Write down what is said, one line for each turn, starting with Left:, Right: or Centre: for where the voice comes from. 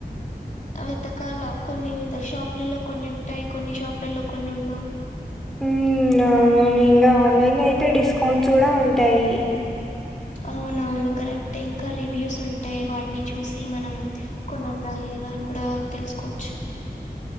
Left: వెతకాల కొన్ని షాపులలో కొన్ని ఉంటాయి కొన్ని షాపులలో కొన్ని ఉండవు
Centre: ఉ అవును ఇంగ ఆన్లైన్ లో అయితే డిస్కౌంట్స్ కూడా ఉంటాయి
Left: అవునవును కరెక్ట్ ఇంకా రివ్యూస్ ఉంటాయి వాటిని చూసి మనం కొనళ్ళాలె లేదా అని కూడా తెలుసుకోచ్చు